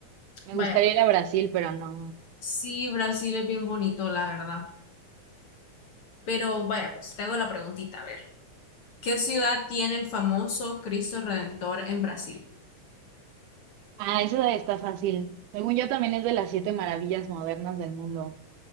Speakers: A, on the right; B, on the left.
A: Me
B: Vaya,
A: gustaría
B: pues.
A: ir a Brasil, pero no.
B: Sí, Brasil es bien bonito, la verdad. Pero vaya, pues te hago la preguntita, a ver. ¿Qué ciudad tiene el famoso Cristo Redentor en Brasil?
A: Ah, eso está fácil. Según yo también es de las siete maravillas modernas del mundo.